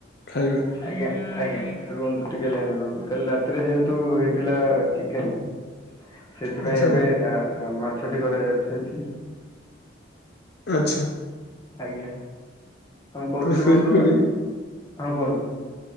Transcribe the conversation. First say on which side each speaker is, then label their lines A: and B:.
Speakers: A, on the left; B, on the left.
A: ଖାଇବା?
B: ଆଜ୍ଞା ଆଜ୍ଞା ରୁହନ୍ତୁ ଟିକେ ଲାଇନରେ ରୁହନ୍ତୁ। କାଲି ରାତିରେ ଯେହେତୁ ହେଇଥିଲା ଚିକେନ ସେଥିପାଇଁ
A: ଆଚ୍ଛା
B: ଏବେ
A: ବନ୍ଧୁ
B: ଆ ଆ ମାଛଟି କରାଯାଉଛି ଅଛି।
A: ଆଚ୍ଛା
B: ଆଜ୍ଞା ମୁଁ କହୁଥିଲି
A: ତ ସେଇପରି
B: ବନ୍ଧୁ ହଁ କୁହନ୍ତୁ।